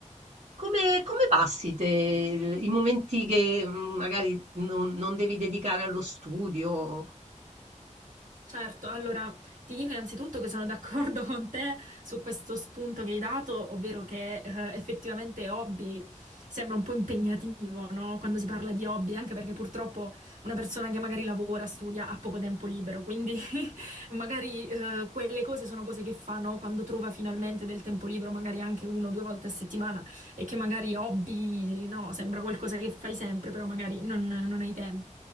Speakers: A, on the right (about 70°); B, on the right (about 85°).
A: Come come passi te il i momenti che, mhmm, magari non non devi dedicare allo studio?
B: Certo, allora ti dico innanzitutto che sono d'accordo <laughs> con te su questo spunto che hai dato, ovvero che eh, effettivamente hobby sembra un po' impegnativo, no? Quando si parla di hobby, anche perché purtroppo una persona che magari lavora, studia, ha poco tempo libero, quindi <laughs> magari eh, quelle cose sono cose che fa, no? Quando trova finalmente del tempo libero, magari anche uno o due volte a settimana, e che magari hobby, no, sembra qualcosa che fai sempre, però magari non non hai tempo.